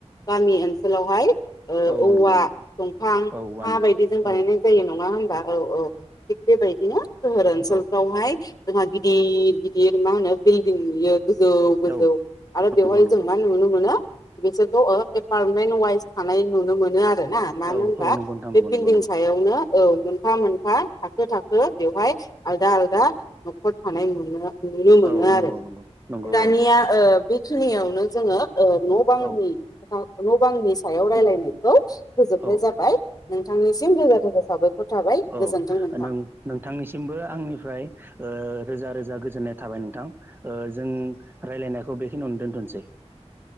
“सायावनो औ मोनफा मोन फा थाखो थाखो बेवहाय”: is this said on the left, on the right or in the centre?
Left